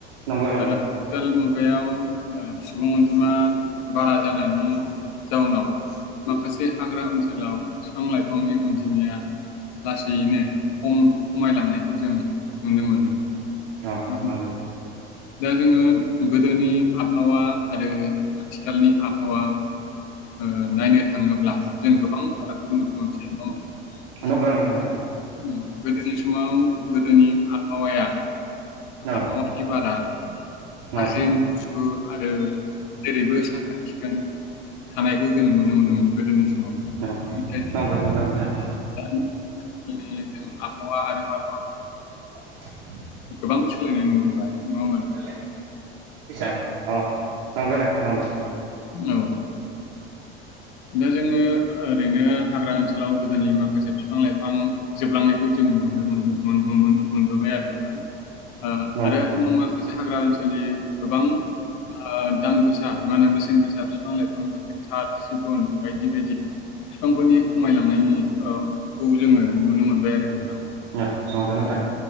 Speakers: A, on the right (about 55°); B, on the left (about 50°).
A: नंगौ नंगौ
B: आरो आथिखाल मुगायाव ओ सुबुं अनजिमा बारा जानायनि जाउनाव माखासे हाग्रा ओनसोलाव बिफां लाइफांनि अनजिमाया लासैयैनो खम खमायलांनायखौ जों नुनो मोनो
A: औ
B: नङा होमबा?
A: नंगो
B: दा जोंङो गोदोनि आबहावा आरो आथिखालनि आबहावा ओ नायनो थांङोब्ला जों गोबां फारागखौ नुनो मोनसै नंङाहोमबा नोंथां
A: नंगौ नंगौ नोंथां
B: उम गोदोनि समाव गोदोनि आबहावाया
A: अ
B: आबहावानि बारा थाजिम
A: अ
B: गुसु आरो जेरैबो साखोन सिखोन जों थानायखौ जों नुनो मोनोमोन गोदोनि समाव।
A: नंगो
B: नाथाय जों
A: नंगो नंगो नोंथां
B: दानि आथिखालनि जों आबहावा आरो बारहावाखौ
A: द <inaudible>
B: गोबां सोलायनाय नुबोबाय नंङा
A: <inaudible> बिदिसो अ नंगो नोंथां नंगो
B: औ दा जोंङो ओरैनो हाग्रा ओनसोल सोलाव गोदोनि माखासे बिफां लाइफां जोबलांनायखौ जों नुनो मोनो मोनोमोन मोनबोबाय आरो नोंथां ओ
A: नंगौ
B: आरो माखासे खासे हाग्रा ओनसोलनि गोबां आ दाम गोसा माहोनो बेसेन गोसा फिफां लाइफां जेरै साल सिगुन बायदि बायदि फिफांफोरनि खमायलांनायनि औ खौ जोंङो नुनो मोनबाय आरो नोंथां
A: ओ नंगो नोंथां
B: औ